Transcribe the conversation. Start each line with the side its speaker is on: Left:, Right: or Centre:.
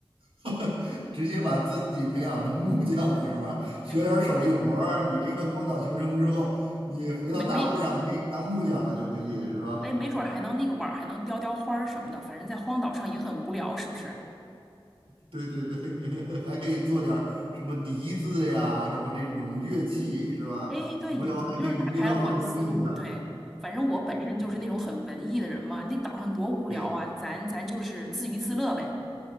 Right: <laughs> 直接把自己培养成木匠了是吧？学点儿手艺活儿，
Centre: 哎，
Right: 你这个荒岛求生之后，你回到大陆上可以当木匠了，
Centre: 没没，
Right: 就可以是吧？
Centre: 哎，没准儿还能那个碗儿还能雕雕花儿什么的，反正在荒岛上也很无聊，是不是？
Right: 对对对，<laughs> 还可以做点儿什么笛子呀，什么这种乐器是吧？
Centre: 哎，对你，
Right: 无聊还可以娱乐放松一下儿
Centre: 你就是打开了我的思路。对，反正我本身就是那种很文艺的人嘛，那岛上多无聊啊，
Right: 对
Centre: 咱咱就是自娱自乐呗。